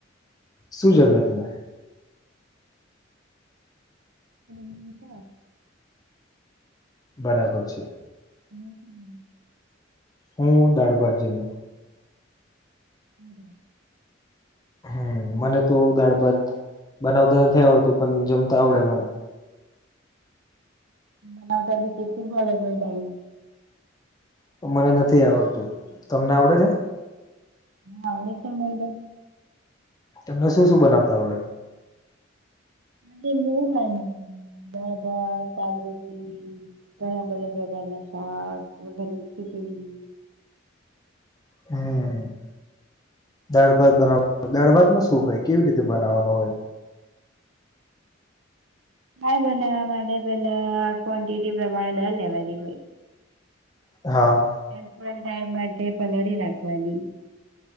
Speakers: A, on the left; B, on the right.
A: શું જમ્યા તમે?
B: <inaudible>
A: બરાબર છે.
B: <inaudible>
A: હું દાળ ભાત જમ્યો.
B: <inaudible>
A: હમ્મ, મને તો દાળ ભાત બનાવતા નથી આવડતું પણ જમતા આવડે મને.
B: બનાવતા બી શીખવું પડે ને એ ટાઈમ.
A: તો મને નથી આવડતું. તમને આવડે છે?
B: હા આવડે છે ને મન તો.
A: તમને શું શું બનાવતા આવડે?
B: અને મૂંગ આમ દાળ ભાત સાગ રોટલી ઘણા બધા પ્રકારના શાક વધારેલી ખીચડી
A: હા. દાળ ભાત બનાવ દાળ ભાતમાં શું હોય કેવી રીતે બનાવવાનું હોય?
B: હા બનાવવા માટે પેલા ક્વોન્ટિટી પ્રમાણે દાળ લેવાની હોય.
A: હા.
B: <unintelligible> ટાઈમ માટે પલળી રાખવાની.